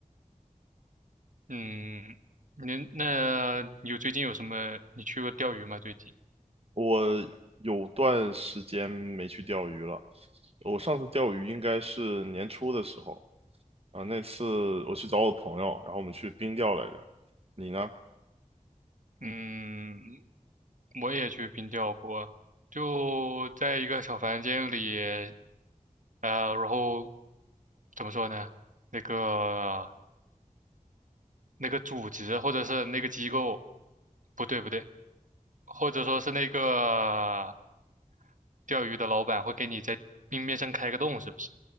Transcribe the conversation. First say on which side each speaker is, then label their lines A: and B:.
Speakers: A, on the right (about 65°); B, on the right (about 45°).
A: 嗯，那那有最近有什么？你去过钓鱼吗？最近？
B: 我有段时间没去钓鱼了。我上次钓鱼应该是年初的时候啊，那次我去找我朋友，然后我们去冰钓来着。你呢？
A: 嗯，我也去冰钓过，就在一个小房间里，呃，然后怎么说呢？那个那个组织或者是那个机构，不对不对，或者说是那个钓鱼的老板会给你在冰面上开个洞，是不是？